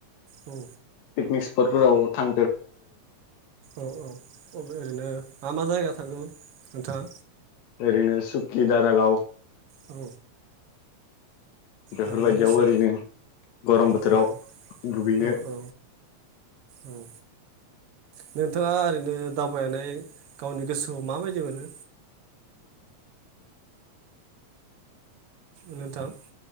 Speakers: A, on the right; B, on the left.
A: औ
B: पिकनिक स्पटफोराव थां
A: औ औ अ ओरैनो मा मा जायगा थांखो नोंथाङा
B: ओरैनो सुक्कि दारागाव
A: औ
B: बेफोरबायदियाव
A: आरो लोगोसे
B: ओरैनो गरम
A: औ
B: बोथोराव
A: औ
B: दुगैनो
A: औ औ औ नोंथाङा ओरैनो दावबायनानै गावनि गोसोआव माबायदि मोनो नोंथां